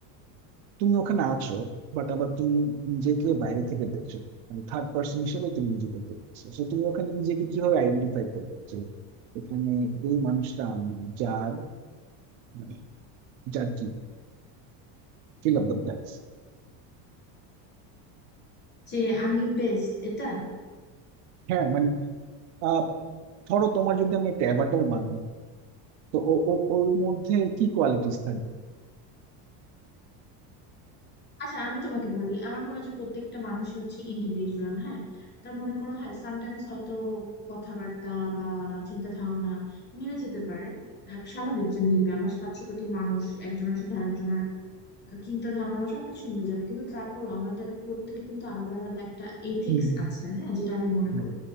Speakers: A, on the right; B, on the left.
A: তুমি ওখানে আছো বাট আবার তুমি নিজেকে বাইরে থেকে দেখছো না। মানে থার্ড পার্সন হিসেবে তুমি নিজেকে দেখছো তো তুমি ওখানে নিজেকে কিভাবে আইডেন্টিফাই করবে যে এখানে এই মানুষটা আমি যার মানে যার কি ফিল অফ দ্য ব্ল্যাঙ্কস
B: যে আমি বেস্ট এটা
A: হ্যাঁ মানে আহ ধরো তোমার যদি আমি একটা অ্যাভাটার বানাই তো ও ও- ওর মধ্যে কি কোয়ালিটিস থাকে
B: আচ্ছা আমি তোমাকে বলি আমার মনে হয় যে প্রত্যেকটা মানুষই হচ্ছে ইন্ডিভিজুয়াল হ্যাঁ তার মনে করো হ্যাঁ সামটাইমস হয়তো কথাবার্তা বা চিন্তা ধারণা মিলে যেতে পারে আহ, স্বাভাবিক যে মিলবে আমরা সাতশো কোটি মানুষ একজনের সাথে আরেকজনের চিন্তা ধারণা বা সবকিছু মিলে যাবে কিন্তু তারপর আমাদের প্রত্যেকে কিন্তু আলাদা আলাদা একটা এথিক্স
A: হুম
B: আছে হ্যাঁ যেটা আমি মনে
A: হুম,
B: করি